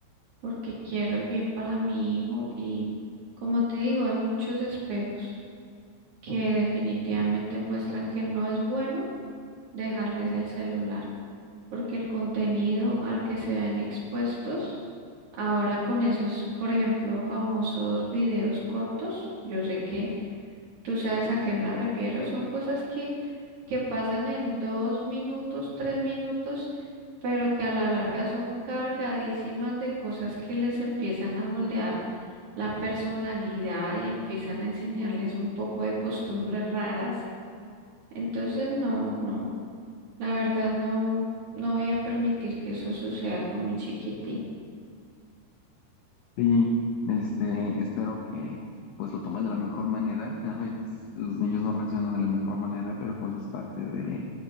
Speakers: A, on the right (about 50°); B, on the left (about 85°).
A: porque quiero el bien para mi hijo y como te digo, hay muchos espejos que definitivamente muestran que no es bueno dejarles el celular, porque el contenido al que se ven expuestos ahora con esos, por ejemplo, famosos videos cortos, yo sé que tú sabes a qué me refiero, son cosas que, que pasan en dos minutos, tres minutos pero que a la larga son cargadísimas de cosas que les empiezan a moldear la personalidad y empiezan a enseñarles un poco de costumbres raras. Entonces, no, no, la verdad no, no voy a permitir que eso suceda con mi chiquitín.
B: Sí, este, espero que pues lo tomes de la mejor manera. A veces los niños no reaccionan de la mejor manera, pero pues es parte de,